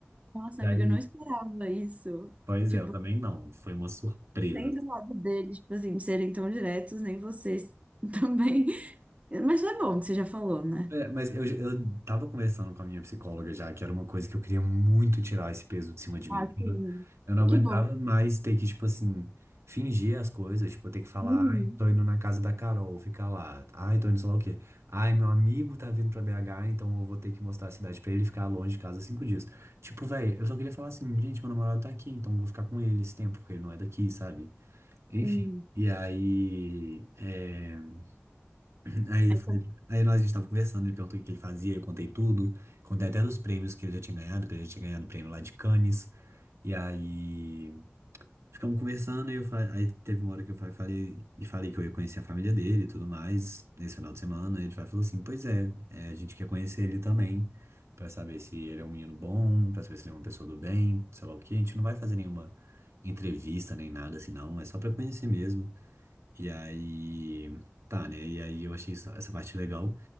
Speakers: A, on the right; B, on the right.
A: Nossa,
B: E
A: amiga,
B: aí,
A: eu não esperava isso.
B: pois
A: Tipo
B: é, eu também não. Foi uma surpresa.
A: nem do lado deles, tipo assim, de serem tão diretos, nem vocês <laughs> também. Mas foi bom que você já falou, né?
B: É, mas eu, eu tava conversando com a minha psicóloga já, que era uma coisa que eu queria muito tirar esse peso de cima de mim.
A: Ah, sim.
B: Eu não
A: É
B: aguentava
A: que bom.
B: mais ter que, tipo assim, fingir as coisas, tipo, ter que falar,
A: Uhum,
B: ai, tô indo na casa da Carol, ficar lá, ai, tô indo sei lá o quê. Ai, meu amigo tá vindo pra BH, então eu vou ter que mostrar a cidade pra ele e ficar longe de casa cinco dias. Tipo, velho, eu só queria falar assim, gente, meu namorado tá aqui, então eu vou ficar com ele esse tempo, porque ele não é daqui, sabe? Enfim.
A: sim.
B: E aí, é. <clears throat> Aí,
A: Aí
B: eu falei- aí nós, a gente tava conversando, ele perguntou o que que ele fazia, eu contei tudo, contei até dos prêmios que ele já tinha ganhado, que ele já tinha ganhado o prêmio lá de Cannes, e aí ficamos conversando, e eu falei, aí teve uma hora que eu fa- falei, e falei que eu ia conhecer a família dele e tudo mais, nesse final de semana, aí ele vai- falou assim, pois é, é, a gente quer conhecer ele também, pra saber se ele é um menino bom, pra saber se ele é uma pessoa do bem, sei lá o que, a gente não vai fazer nenhuma entrevista nem nada assim não, é só pra conhecer mesmo, e aí... Tá, né? E aí eu achei isso- essa parte legal.